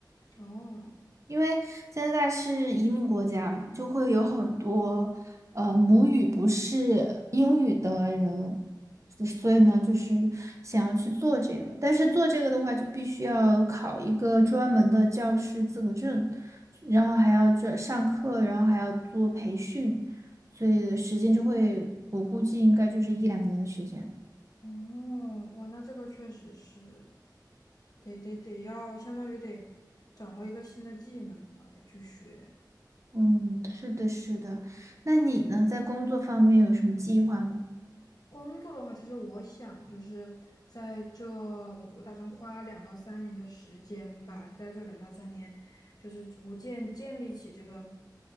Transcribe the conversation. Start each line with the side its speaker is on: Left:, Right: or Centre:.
Left: 哦
Right: 因为加拿大是移民国家嘛，就会有很多呃母语不是英语的人，所所以呢，就是想要去做这个，但是做这个的话，就必须要考一个专门的教师资格证，然后还要这上课，然后还要做培训，所以的时间就会，我估计应该就是一两年的时间。
Left: 哦，哇，那这个确实是，得得得要相当于得掌握一个新的技能了，得去学。
Right: 嗯，是的，是的。那你呢，在工作方面有什么计划吗？
Left: 工作的话，其实我想就是在这，我我打算花两到三年的时间吧，在这两到三年，就是逐渐建立起这个